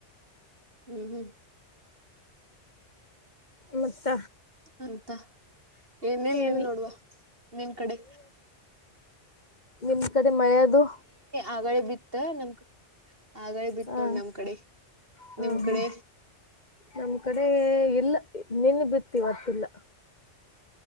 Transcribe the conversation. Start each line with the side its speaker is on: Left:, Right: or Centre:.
Right: ಹ್ಮ್ ಹ್ಮ್
Left: ಮತ್ತ
Right: ಅಂತ ಏನೇಲ್
Left: ಏನಿಲ್ಲ
Right: ನಿಲ್ ನೋಡ್ುವ ನಿಮ ಕಡೆ
Left: ನಿಿನ ಕಡೆ ಮಾಡಾದು
Right: ಆಗಡೆ ಬಿತ್ತ ನಮ ಆಳ ಬಿಟ್ಟ
Left: ಹಾ
Right: ನೋೊಂಡ ನಮ್ ಕಡೆ
Left: ಹಾ
Right: ನಿಮ್ ಕಡೆ
Left: ಹಾ ನಮ್ ಕಡೆ ಎಲ್ಲ ನಿನ್ ಬಿತ್ತವತ್ತಿಲ್ಲ